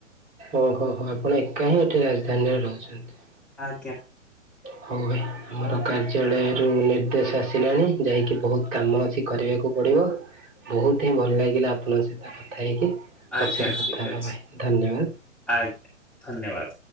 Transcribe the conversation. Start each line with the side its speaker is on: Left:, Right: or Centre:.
Right: ଓହୋ ହୋ ଆପଣ ଏକା ହିଁ ଏଠି ରାଜଧାନୀରେ ରହୁ ଛନ୍ତି।
Centre: ଆଜ୍ଞା।
Right: ହଉ ଭାଇ ଆମର କାର୍ଯ୍ୟାଳୟରୁ ନିର୍ଦ୍ଦେଶ ଆସିଲାଣି ଯାଇକି ବହୁତ କାମ ଅଛି କରିବାକୁ ପଡିବ। ବହୁତ ହିଁ ଭଲ ଲାଗିଲା ଆପଣଙ୍କ ସହିତ କଥା ହେଇକି।
Centre: ଆଜ୍ଞା
Right: ପଛରେ କଥା
Centre: ଠିକ ଅଛି
Right: ହବା ଭାଇ ଧନ୍ୟବାଦ।
Centre: ଆଜ୍ଞା ଧନ୍ୟବାଦ।